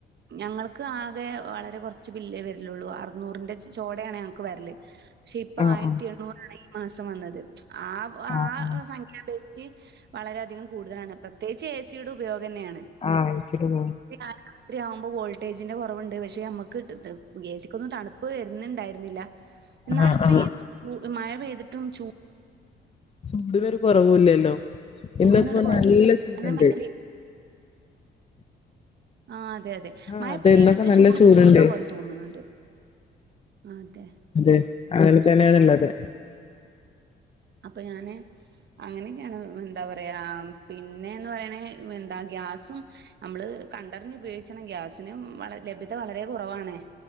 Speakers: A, on the right; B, on the left.
A: ഞങ്ങൾക്ക് ആകെ വളരെ കൊർച്ച് ബില്ലേ വരിലുള്ളൂ. അറുനൂറിന്റെ ചോടേണ് ഞങ്ങക്ക് വരല്. പക്ഷെ ഇപ്പ
B: ആ
A: ആയിരത്തി
B: ആ
A: എണ്ണൂറാണ് ഈ മാസം വന്നത്. ആഹ് ആസം
B: ആ ആ
A: - ഖ്യ പേക്ഷിച് വളരെയധികം കൂടുതലാണ്. പ്രത്യേകിച്ച് എ സിയുടെ ഉപയോഗന്നേണ്.
B: ആഹ് അയച്ചിരുന്നു.
A: രാത്രിയാവുമ്പോ വോൾട്ടേജിന്റെ കൊറവുണ്ട്. പക്ഷെ നമ്മുക്ക് എ. സിക്കൊന്ന് തണു - പ്പ് വരുന്ന്ണ്ടായില്ല. ന്നാലും
B: ആ
A: പ്പോ
B: ആ ആ
A: ഈ മഴ പെയ്തിട്ടും ചൂ-.
B: ചൂട്നൊരു കുറവുല്ലല്ലോ?
A: ചൂടിനൊരു
B: ഇന്ന്പ്പോ
A: കുറവ്
B: നല്ല ചൂട്
A: കാരണം
B: ണ്ട്.
A: ഭയങ്കര ആഹ് അതെ അതെ.
B: ആഹ്
A: മഴ
B: അതെ
A: പെയ്തിട്ട്
B: ഇന്നൊക്കെ നല്ല
A: ചൂട്
B: ചൂടുണ്ട്
A: കൂടുന്ന പോല- തോന്ന്ണ് ണ്ട്. അതെ.
B: അതെ. അങ്ങനെ തന്നെയാണ്ള്ളത്.
A: അപ്പ ഞാന്. അങ്ങനെക്കെയാണ് എന്താ പറയ. പിന്നെന്ന് പറയണ എന്താ ഗ്യാസും. അമ്മള് കണ്ടർഞ്ഞു ഉപയോഗിച്ചണം. ഗ്യാസിനും വള ലഭ്യത വളരെ കുറവാണ്.